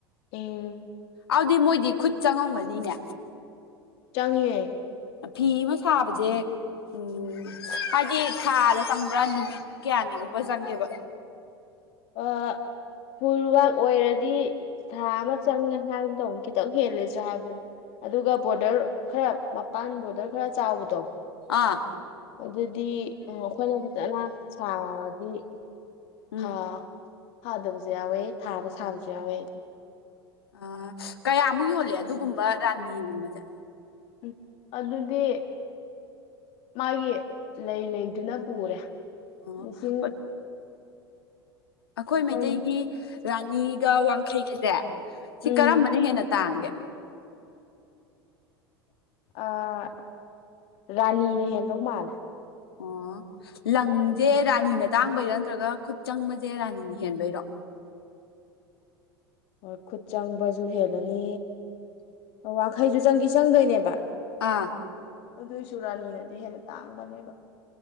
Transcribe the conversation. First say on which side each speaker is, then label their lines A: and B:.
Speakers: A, on the left; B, on the left.
A: ꯎꯝ
B: ꯑꯗꯨꯗꯤ ꯃꯣꯏꯗꯤ ꯈꯨꯠ ꯆꯪꯉꯝꯒꯅꯤꯅꯦ
A: ꯆꯪꯉꯦ
B: ꯐꯤ ꯑꯃ ꯁꯥꯕꯁꯦ ꯎꯝ ꯍꯥꯏꯗꯤ ꯊꯥꯗ ꯆꯪꯕ꯭ꯔꯥ ꯅꯨꯃꯤꯠ ꯀꯌꯥꯅꯤꯀꯨꯝꯕ ꯆꯪꯒꯦꯕ
A: ꯑ <unintelligible> ꯑꯣꯏꯔꯗꯤ ꯊꯥ ꯑꯃ ꯆꯪꯉꯦ ꯍꯥꯏꯒꯨꯝ ꯇꯧꯅꯤ ꯈꯤꯇꯪ ꯍꯦꯜꯂꯦꯁꯨ ꯍꯥꯏꯕꯅꯤ ꯑꯗꯨꯒ ꯕꯣꯔꯗꯔ ꯈꯔ ꯃꯄꯥꯟ ꯕꯣꯔꯗꯔ ꯈꯔ ꯆꯥꯎꯕꯗꯣ
B: ꯑꯥ
A: ꯑꯗꯨꯗꯤ ꯑꯩꯈꯣꯏꯅ ꯐꯖꯅ ꯁꯥꯔꯗꯤ
B: ꯎꯝ
A: ꯍꯥꯥ ꯊꯥꯗꯕꯁꯨ ꯌꯥꯎꯋꯦ ꯊꯥꯕ ꯁꯥꯕꯁꯨ ꯌꯥꯎꯋꯦ ꯑꯗꯨ
B: ꯑ ꯀꯌꯥꯃꯨꯛ ꯌꯣꯜꯂꯦ ꯑꯗꯨꯒꯨꯝꯕ ꯔꯥꯅꯤꯒꯨꯝꯕꯖꯤ
A: ꯎꯝ ꯑꯗꯨꯗꯤ ꯃꯥꯒꯤ ꯂꯩ ꯂꯩꯗꯨꯅ ꯄꯨꯔꯦ
B: ꯑꯣ
A: ꯂꯤꯁꯤꯡ
B: ꯍꯣꯏ ꯑꯩꯈꯣꯏ
A: ꯍꯣꯏꯅꯦ
B: ꯃꯩꯇꯩꯒꯤ ꯔꯥꯅꯤꯒ ꯋꯥꯡꯈꯩꯒꯁꯦ ꯁꯤ
A: ꯎꯝ
B: ꯀꯔꯝꯕꯅ ꯍꯦꯟꯅ ꯇꯥꯡꯒꯦ
A: ꯑꯦ ꯔꯥꯅꯤꯅ ꯍꯦꯟꯗꯧ ꯃꯥꯜꯂꯦ
B: ꯑꯣ ꯂꯪꯁꯦ ꯔꯥꯅꯤꯅ ꯇꯥꯡꯕꯩꯔꯣ ꯅꯠꯇ꯭ꯔꯒ ꯈꯨꯠ ꯆꯪꯕꯁꯦ ꯔꯥꯅꯤꯅ ꯍꯦꯟꯕꯩꯔꯣ
A: ꯍꯣꯏ ꯈꯨꯠ ꯆꯪꯕꯁꯨ ꯍꯦꯜꯂꯅꯤ ꯋꯥꯡꯈꯩꯁꯨ ꯆꯪꯈꯤ ꯆꯪꯗꯣꯏꯅꯦꯕ
B: ꯑꯥ
A: ꯑꯗꯨꯏꯁꯨ ꯔꯥꯅꯤꯅꯗꯤ ꯍꯦꯟꯅ ꯇꯥꯡꯕꯅꯦꯕ